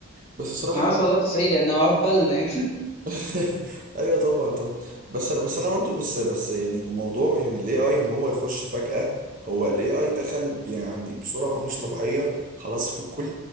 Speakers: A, on the right; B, on the left.
A: بس صراحة
B: حسن الله تسهيل يعني عقبالنا <laughs>
A: <laughs> ايوه طبعا طبعا بس انا بس انا برضو بس بس يعني موضوع يعني الاي اي ان هو يخش فجأة هو الاي اي دخل يعني بسرعة مش طبيعية خلاص في كل